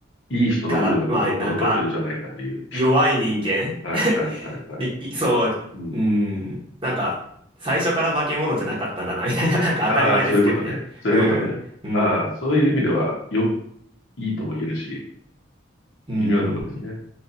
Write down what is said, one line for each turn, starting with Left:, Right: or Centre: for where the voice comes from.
Left: いい人の部分がのもっと残ってるんじゃないかという。
Right: がら、まあ、なんか、弱い人間。
Left: はい、はい、
Right: <laughs>
Left: はい、はい。
Right: い、いそう、
Left: うん。
Right: うん、なんか、最初から化け物じゃなかったんだな、みたいな、なんか当たり前ですけどね。
Left: ああ、そういうことね。そういうことね。
Right: うん、うん、
Left: ああ、そういう意味では、よ、いいとも言えるし、
Right: うん、
Left: 微妙なとこですね。